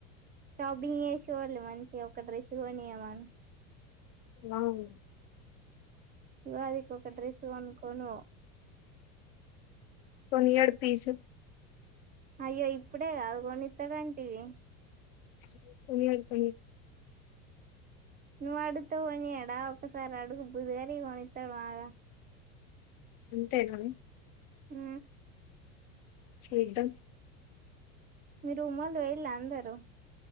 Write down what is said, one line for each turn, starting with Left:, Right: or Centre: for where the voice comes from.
Right: షాపింగ్ వేసేవాళ్ళు మంచిగా ఒక డ్రెస్ కొనియమను
Left: అవు
Right: ఉగాది ఒక డ్రెస్ అనుకోనువో
Left: పనియర్ పీస్
Right: అయ్యో ఇప్పుడే కాదు కొనిస్తాడంటివి
Left: సనిడు ప
Right: నువ్వు అడుత కొనియాడా ఒకసారి అడుగు బుధగారి కొనిస్తాడు మాగా
Left: అంతేనా
Right: హ
Left: సుదం
Right: మీరుమ్మళ్ళ వెళ్ళ అందరు